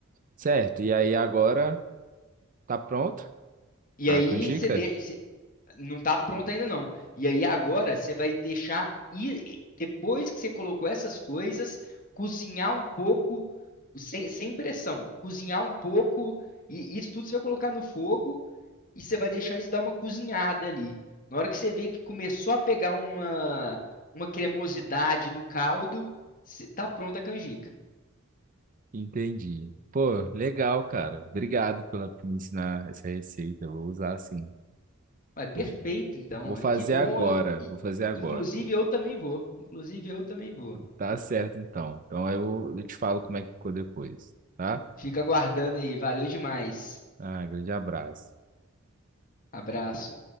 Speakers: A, on the right; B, on the left.
A: Certo, e aí agora tá pronto
B: E
A: a
B: aí
A: canjica?
B: você de- cê- não tá pronto ainda não. E aí agora você vai deixar e depois que você colocou essas coisas, cozinhar um pouco sem, sem pressão, cozinhar um pouco e isso tudo você vai colocar no fogo e você vai deixar isso dar uma cozinhada ali. Na hora que você vê que começou a pegar uma, uma cremosidade no caldo, cê- tá pronta a canjica.
A: Entendi. Pô, legal, cara. Obrigado pela, por me ensinar essa receita. Vou usar assim.
B: Vai, perfeito
A: Vou,
B: então.
A: vou
B: ué.
A: fazer
B: Que bom.
A: agora.
B: eu- i-
A: Vou fazer agora.
B: inclusive eu também vou. Inclusive eu também vou.
A: Tá certo, então. Então eu, eu te falo como é que ficou depois, tá?
B: Fica aguardando aí. Valeu demais.
A: Ah, grande abraço.
B: Abraço.